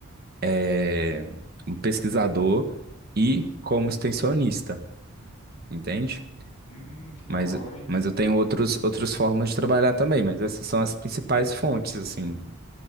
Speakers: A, on the right; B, on the left.
A: eh, um pesquisador e como extensionista, entende?
B: Hum, que da
A: Mas,
B: hora, hein?
A: mas eu tenho outros, outras formas de trabalhar também, mas essas são as principais fontes, assim.